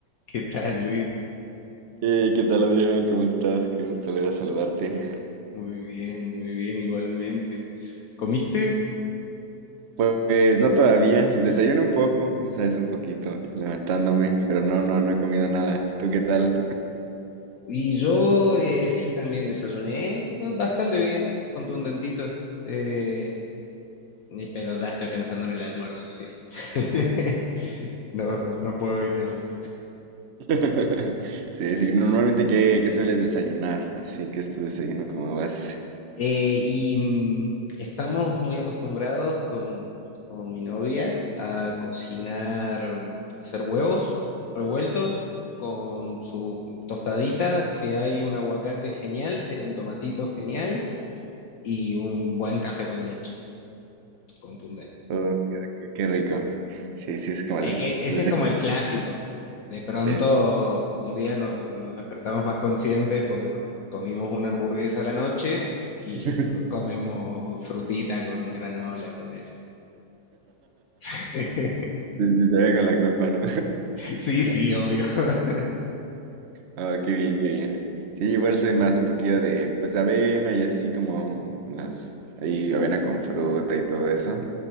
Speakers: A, on the left (about 65°); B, on the right (about 60°).
A: ¿Qué tal, Luis?
B: Hey, ¿qué tal Adrián? ¿Cómo estás? Qué gusto volver a saludarte.
A: Muy bien, muy bien, igualmente. ¿Comiste?
B: Pues no todavía, desayuno un poco, esa es un poquito, levantándome, pero no, no, no he comido nada. ¿Tú qué tal?
A: Y yo eh, sí también desayuné eh, bastante bien, contundentito, eh, y- pero ya estoy pensando en el almuerzo, sí. <laughs> No, no puedo evitarlo.
B: <laughs> Sí, sí, no, normalmente ¿qué, qué sueles desayunar? Así que es tu desayuno como vas.
A: Eh, y mm, estamos muy acostumbrados con, con mi novia a cocinar, mm, hacer huevos revueltos con su tostadita, si hay un aguacate genial, si hay un tomatito genial y un buen café con leche contundente.
B: Oh, qué, rico. qué rico. Sí, sí, es como el
A: E- e- ese
B: desayuno.
A: es como el clásico. De pronto,
B: Sí, sí.
A: un día nos, nos despertamos más conscientes porque nos comimos una hamburguesa a la noche y
B: <laughs> sí.
A: co- comemos frutita con granola, con <laughs>
B: Sí, sí, te veo con la culpa, ¿no?
A: Sí, sí,
B: <laughs>
A: obvio. <laughs>
B: Ah, qué bien, qué bien. Sí, igual soy más un poquillo de, pues, avena y así como mm, las, ahí avena con fruta y todo eso.